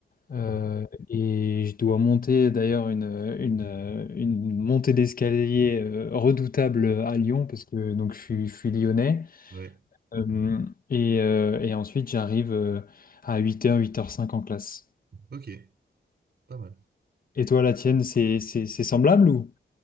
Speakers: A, on the left; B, on the right.
A: Euh,
B: Mhm.
A: et je dois monter d'ailleurs une, une, euh, une montée d'escalier euh, redoutable à Lyon, parce que donc, je suis, je suis lyonnais.
B: Ouais,
A: Euh, et, euh, et ensuite, j'arrive euh, à huit heures huit heures cinq en classe.
B: ok, pas mal.
A: Et toi, la tienne, c'est, c'est, c'est semblable ou?